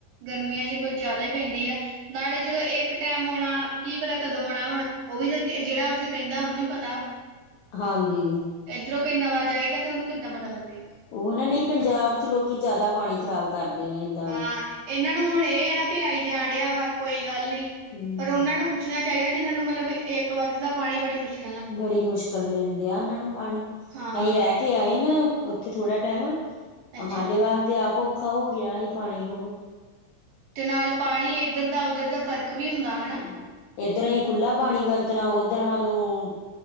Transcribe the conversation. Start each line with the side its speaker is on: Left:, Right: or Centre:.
Right: ਗਰਮੀਆਂ 'ਚ ਕੁਛ ਜ਼ਿਆਦਾ ਹੀ ਪੈਂਦੀ ਆ। ਨਾਲੇ ਜਦੋਂ ਇੱਕ ਟਾਈਮ ਆਉਣਾ, ਕੀ ਪਤਾ ਕਦੋਂ ਆਉਣਾ ਹੁਣ ਉਹ ਵੀ ਤਾਂ ਜਿਹੜਾ ਉੱਥੇ ਰਹਿੰਦਾ ਉਹਨੂੰ ਹੀ ਪਤਾ।
Left: ਹਾਂਜੀ।
Right: ਇੱਧਰੋਂ ਕੋਈ ਨਵਾ ਜਾਏਗਾ ਤੇ ਉਹਨੂੰ ਕਿੱਦਾਂ ਪਤਾ ਲੱਗੇਗਾ।
Left: ਉਹ ਹਨਾ ਨਹੀਂ ਪੰਜਾਬ ਚ ਲੋਕੀ ਜ਼ਿਆਦਾ ਪਾਣੀ ਖ਼ਰਾਬ ਕਰਦੇ ਨੇ ਏਦਾਂ
Right: ਹਾਂ
Left: ਵੀ।
Right: ਇਹਨਾਂ ਨੂੰ ਹੁਣ ਇਹ ਹੈ ਨਾ ਵੀ ਆਈ ਜਾਣ ਡਿਆ ਕੋਈ ਗੱਲ ਨੀ,
Left: ਹਮ
Right: ਫਿਰ ਉਹਨਾਂ ਨੂੰ ਪੁਛ ਪੁੱਛਣਾ ਚਾਹੀਦਾ ਜਿਹਨਾਂ ਨੂੰ ਮਤਲਬ ਇੱਕ ਵਕਤ ਦਾ ਪਾਣੀ ਬੜੀ ਮੁਸ਼ਕਿਲ
Left: ਬੜੀ ਮੁਸ਼ਕਿਲ ਮਿਲਣ ਡਿਆ ਉਹਨਾਂ ਨੂੰ ਪਾਣੀ,
Right: ਹਾਂ
Left: ਉਹੀ ਰਹਿਤ ਆਏ ਨੇ ਉੱਥੇ ਥੋੜਾ ਟਾਈਮ,
Right: ਅੱਛਾ
Left: ਸਾਡੇ ਵਾਸਤੇ ਤੇ ਆਪ ਔਖਾ ਹੋ ਗਿਆ ਹੀ ਪਾਣੀ ਹੁਣ।
Right: ਤੇ ਨਾਲੇ ਪਾਣੀ ਇੱਧਰ ਦਾ ਉੱਧਰ ਦਾ ਫ਼ਰਕ ਵੀ ਹੁੰਦਾ। ਹਨਾ
Left: ਹਮ ਏਧਰ ਅਸੀ ਖੁੱਲ੍ਹਾ ਪਾਣੀ ਵਰਤਣਾ ਉਧਰ ਸਾਨੂੰ